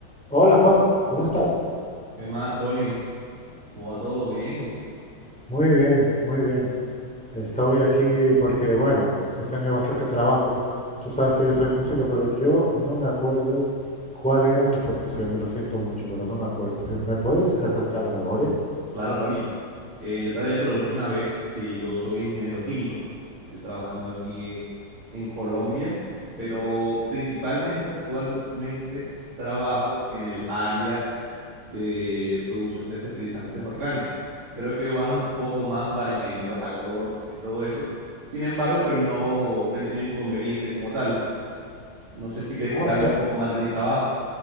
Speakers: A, in the centre; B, on the right.
A: Hola Juan, ¿cómo estás?
B: ¿Qué más, Tony? ¿Cómo va todo bien?
A: Muy bien, muy bien. Estoy aquí porque, bueno, he tenido bastante trabajo. Tú sabes que yo soy músico, pero yo no me acuerdo cuál era tu profesión y lo siento mucho, pero no me acuerdo. ¿Sí- ¿Me puedes refrescar la memoria?
B: Claro, Tony. eh, yo te había dicho la última vez que yo soy ingeniero químico. Estoy trabajando aquí eh, en Colombia, pero principalmente actualmente trabajo en el área de producción de fertilizantes orgánicos. Creo que va un poco más para ingenieros agrónomos y todo eso. Sin embargo, pues no, no he tenido inconveniente como tal. No sé si crees
A: Ah,
B: que te
A: o
B: hablo
A: sea,
B: un poco más de mi trabajo.